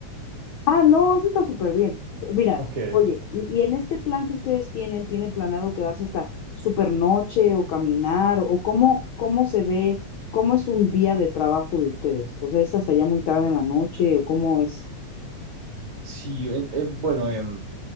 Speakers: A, on the left; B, on the right.
A: Ah, no, eso está súper bien. De- Mirad,
B: Ok,
A: oye, y, y en este plan que ustedes tienen, ¿tienen planeado quedarse hasta súper noche o caminar o, o cómo, cómo se ve, cómo es un día de trabajo de ustedes? O sea, ¿es hasta ya muy tarde en la noche o cómo es?
B: Sí, en- eh, bueno, em,